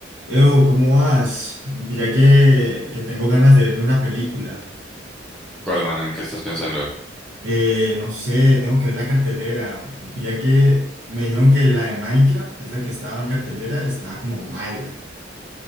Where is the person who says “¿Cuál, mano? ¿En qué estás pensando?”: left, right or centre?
Centre